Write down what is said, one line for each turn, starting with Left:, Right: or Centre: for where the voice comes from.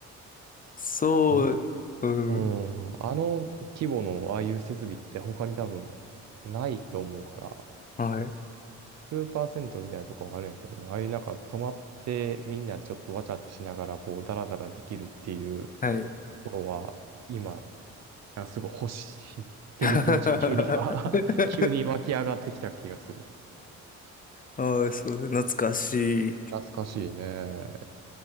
Left: そう、
Right: <laughs> も
Left: うん、
Right: うん、あの規模のああいう設備って他に多分ないと思うから、
Left: はい、
Right: スーパー銭湯みたいなとこはあるんやけどね、ああいうなんか泊まってみんなでちょっとわちゃわちゃしながらこうダラダラできるっていう
Left: はい。
Right: ところは今、なんかすごい欲してる気持ちが急に今
Left: <laughs>
Right: <laughs> 急に湧き上がってきた気がする。
Left: ああ、そう、懐かしい。
Right: 懐かしいね。